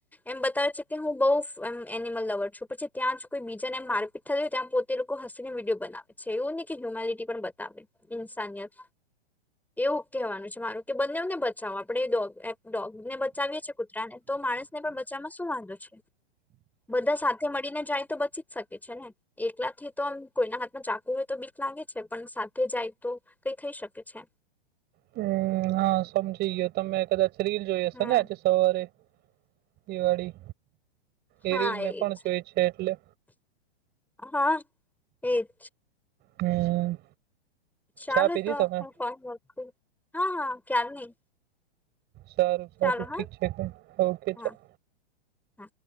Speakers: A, in the centre; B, on the right (about 30°).
A: એમ બતાવે છે કે હું બોવ ફ એમ એનિમલ લવર છું પછી ત્યાં જ કોઈ બીજાને એમ મારપીટ થતી હોય ત્યાં પોતે લોકો હસીને વિડીયો બનાવે છે એવું ની કે હ્યુમેલિટી પણ બતાવે. ઇન્સાનિયત. એવું કહેવાનું છે મારું કે બંને ઓને બચાવો આપડે ડોગ એમ ડોગ ને બચાવીએ છીએ કુતરાને તો તો માણસ ને પણ બચાવવામાં શું વાંધો છે. બધા સાથે મળીને જાય તો બચી જ શકે, છે ને એકલા થી તો એમ કોઈના હાથમાં ચાકુ હોય તો બી લાગે છે, પણ સાથે જાય તો કઈ થઈ શકે છે.
B: હમ હા સમજી ગીયો તમે કદાચ રીલ જોઈ હશે
A: હમ
B: ને આજે સવારે એ વાડી?
A: હા
B: એ રીલ
A: એજ
B: મેં પણ જોઈ છે, એટલે
A: હા, એજ.
B: હમ.
A: ચાલો
B: ચા પીધી
A: તો
B: તમે
A: હું ફોન મુકું હા હા ક્યારની
B: સારું સારું
A: ચાલો હા
B: ઠીક છે, કય ઓકે
A: હા
B: ચા
A: હા